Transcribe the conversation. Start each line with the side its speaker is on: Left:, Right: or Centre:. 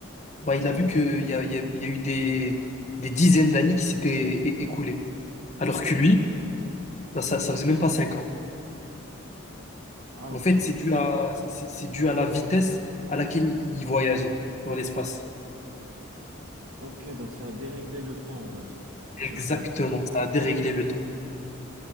Left: bah, il a vu
Right: Ouais.
Left: qu'il y a, il y a- il y a eu des, des dizaines d'années qui s'étaient é- écoulées. Alors que lui, bah, ça, ça faisait même pas cinq ans.
Right: Ah,
Left: En
Right: ok.
Left: fait, c'est dû à, c'est c'est- c'est dû à la vitesse à laquelle il voyageait dans l'espace.
Right: Ok, donc ça a déréglé le temps, on va dire,
Left: Exactement,
Right: sur Terre.
Left: ça a déréglé le temps.